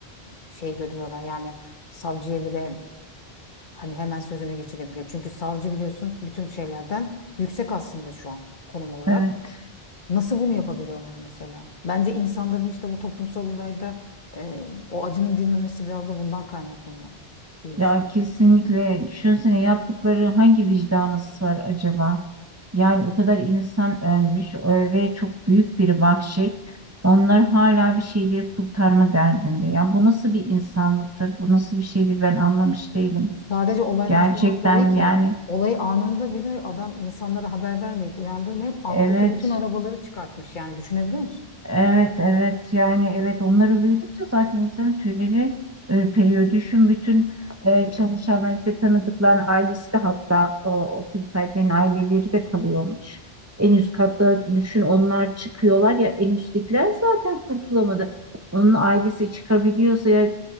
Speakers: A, on the left; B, on the right.
A: e, şey görüyorlar yani savcıya bile hani hemen sözünü geçirebiliyor. Çünkü savcı biliyorsun bütün şeylerden yüksek aslında şu an konum olarak.
B: Evet.
A: Nasıl bunu yapabiliyorlar mesela? Bence insanların işte bu toplumsal olayda e, o acının dinmemesi biraz da bundan kaynaklanıyor diye düşünüyorum.
B: Ya kesinlikle düşünsene yaptıkları hangi vicdana sığar acaba? Yani o kadar insan ölmüş ö- ve çok büyük bir vahşet. Onlar hala bir şeyleri kurtarma derdinde. Ya bu nasıl bir insanlıktır? Bu nasıl bir şeydir? Ben anlamış değilim.
A: Sadece olaydan
B: Gerçekten
A: sonra değil ki.
B: yani
A: Olayı anında bile adam insanlara haber vermeyip uyandırmayıp alttaki
B: evet
A: bütün arabaları çıkartmış. Yani düşünebiliyor musun?
B: Evet, evet. Yani evet onları duydukça zaten insanın tüyleri ürperiyor. Düşün bütün e, çalışan işte tanıdıkların ailesi de hatta o, otel sahiplerinin aileleri de kalıyormuş. En üst katta düşün onlar çıkıyorlar ya en üsttekiler zaten kurtulamadı. Onun ailesi çıkabiliyorsa ya